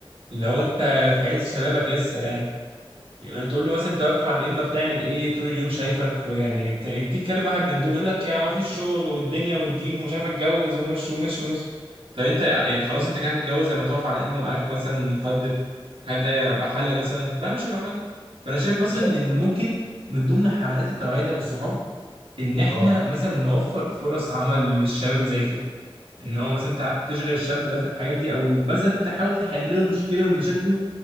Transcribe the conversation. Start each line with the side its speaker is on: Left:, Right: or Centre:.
Right: اللي هو انت في عز شبابك لسه يعني تقول له مثلا توفى عن الامه بتعمل ايه طول اليوم شايفك يعني بت- تيجي تكلم واحد من دول يقول لك يعني ما فيش شغل والدنيا والدين ومش عارف اتجوز ومش ومش ومش طب انت يعني خلاص انت كده هتتجوز لما تقف على الامه معاك مثلا مخدر هل ده يبقى حل مثلا لا مش هيبقى حل فانا شايف مثلا
Left: مش
Right: ان
Left: هيبقى
Right: ممكن من ضمن حملات التوعيه دي بالصحاب ان احنا
Left: اه
Right: مثلا نوفر فرص عمل للشباب اللي زي كده ان هو مثلا انت تشغل الشاب ده في الحاجات دي او مثلا تحاول تحل له مشكله من مشاكله